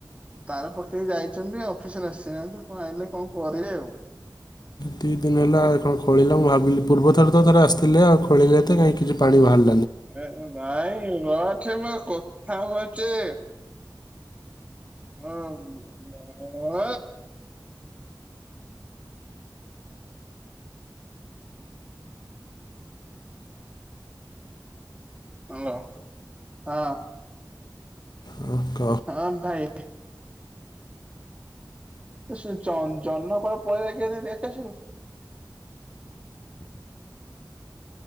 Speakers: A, on the right; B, on the left.
A: ତାର ପକେଇକି ଯାଇଛନ୍ତି ଅଫିସରେ ଆସିନାହାନ୍ତି କଣ ଆଇଲେ କଣ କରିବେ ଆଉ।
B: ଦି ଦିନ ହେଲା ଏ କଣ ଖୋଳିଲା ମୁଁ ଭାବିଲି ପୂର୍ବ ଥରେ ତ ଥରେ ଆସିଥିଲେ ଆଉ ଖୋଜିଲେ ଏତେ କାଇଁ କିଛି ପାଣି ବାହାରିଲା।
A: <unintelligible> ଏଠ ମ କଥା ହଉଚେ। <unintelligible> ହ୍ୟାଲୋ ହଁ।
B: ହଁ କହ
A: ହଁ ଭାଇ ସେ ଜ ଜନ୍ନ କର ପରେଖି ଦେଖାସୁ। <unintelligible>